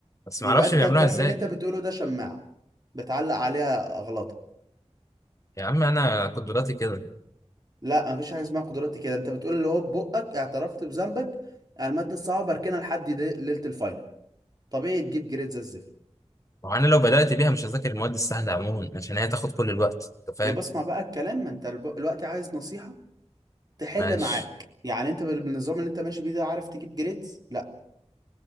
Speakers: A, on the left (about 25°); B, on the right (about 35°).
A: بس ما
B: يبقى
A: أعرفش
B: انت
A: بيعملوها
B: الكلام
A: إزاي
B: اللي انت بتقوله ده شماعة بتعلق عليها غلطة
A: يا عم أنا قدراتي كده
B: لا مفيش حاجة اسمها قدراتي كده انت بتقول اللي هو ببقك اعترفت بذنبك على المادة الصعبة بركنها لحد دي- ليلة الفاينل طبيعي تجيب جريد زي الزفت
A: وأنا لو بدأت بيها مش هذاكر المواد السهلة عموما عشان هي تاخد كل الوقت أنت فاهم
B: يا بسمع بقى الكلام ما انت الب- الوقت عايز نصيحة تحل
A: ماشي
B: معاك يعني انت بال- بالنظام اللي انت ماشي بيه ده عارف تجيب جريدز لا